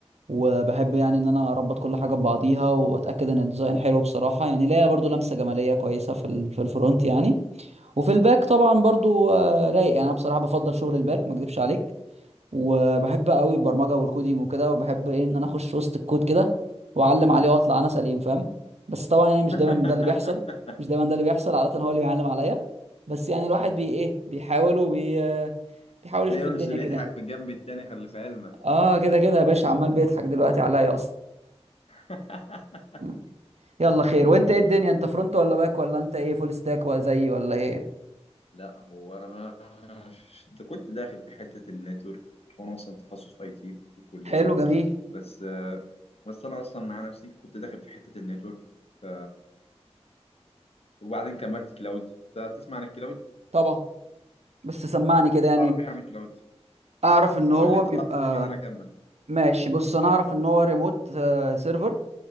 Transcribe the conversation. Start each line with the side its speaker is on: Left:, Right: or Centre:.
Right: وبحب يعني ان انا اربط كل حاجه ببعضيها واتاكد ان الديزاين حلو بصراحه يعني ليا برضو لمسه جماليه كويسه في ال- في الفرونت يعني وفي الباك طبعا برضو آه، رايق يعني انا بصراحه بفضل شغل الباك ما اكدبش عليك وبحب قوي البرمجه والكودينج وكده وبحب ايه ان انا اخش وسط الكود كده واعلم عليه واطلع انا سليم فاهم بس طبعا يعني مش
Left: <laughs>
Right: دايما ده اللي بيحصل مش دايما ده اللي بيحصل عاده هو اللي بيعلم عليا بس يعني الواحد بي ايه بيحاول وبي بيحاول يشوف
Left: تلاقي
Right: الدنيا
Left: رز بيضحك
Right: كده يعني
Left: في الجنب التاني خلي في علمك
Right: اه كده كده يا باشا عمال بيضحك دلوقتي عليا اصلا
Left: <laughs>
Right: مم. يلا خير وانت ايه الدنيا انت فرونت ولا باك ولا انت ايه فول ستاك ولا زيي ولا ايه
Left: لا هو انا ما ده كنت داخل في حته النتورك وانا اصلا تخصص اي تي في الكليه
Right: حلو جميل
Left: بس آه، بس انا اصلا مع نفسي كنت داخل في حته النتورك ف... وبعدين كملت كلاود انت تسمع عن الكلاود
Right: طبعا بس سمعني كده يعني
Left: تعرف ايه عن الكلاود
Right: اعرف ان هو
Left: قول لي انت تعرف
Right: بيبقى
Left: ايه بعدين انا اكمل
Right: ماشي بص انا اعرف ان هو ريموت آه، سيرفر